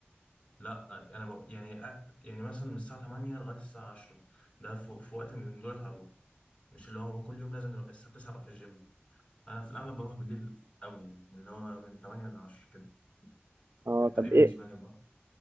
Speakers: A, on the left; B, on the right.
A: لا انا ب... يعني أ- يعني مثلا من الساعه 8 لغايه الساعه 10 ده في, في وقت من دول هروح مش اللي هو كل يوم لازم أبقى الساعه 9 ابقى في الجيم انا في الاغلب بروح بالليل قوي يعني اللي هو من 8 ل 10 كده
B: اه
A: انت
B: طب
A: ايه بالنسبه
B: ايه
A: لك بقى